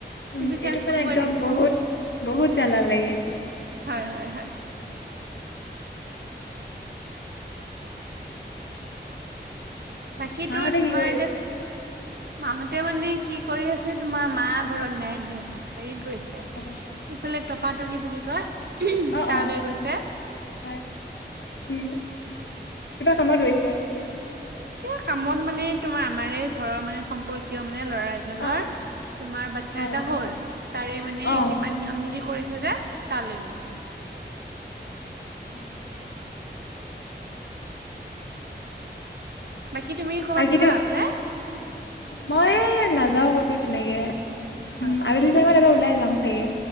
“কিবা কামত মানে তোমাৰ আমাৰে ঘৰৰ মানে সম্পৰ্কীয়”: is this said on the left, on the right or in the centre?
Right